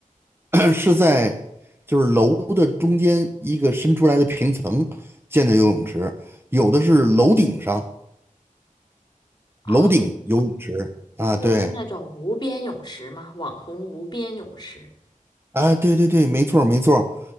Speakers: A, on the right (about 15°); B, on the left (about 30°).
A: <clears throat> 是在就是楼的中间一个伸出来的平层建的游泳池，有的是楼顶上，
B: 啊，
A: 楼顶游泳池啊，对。
B: 就是那种无边泳池嘛，网红无边泳池。
A: 啊，对对对，没错儿没错儿